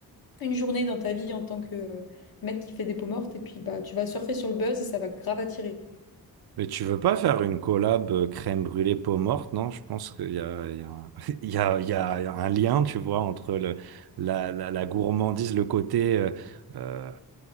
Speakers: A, on the left (about 70°); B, on the right (about 80°).
A: une journée dans ta vie en tant que euh, mec qui fait des peaux mortes. Et puis bah, tu vas surfer sur le buzz et ça va grave attirer.
B: Mais tu veux pas faire une collab euh, crème brûlée peau morte, non? Je pense qu'il y a, il y a, <laughs> il y a, il y a un lien, tu vois, entre le, la, la, la gourmandise, le côté, euh, euh,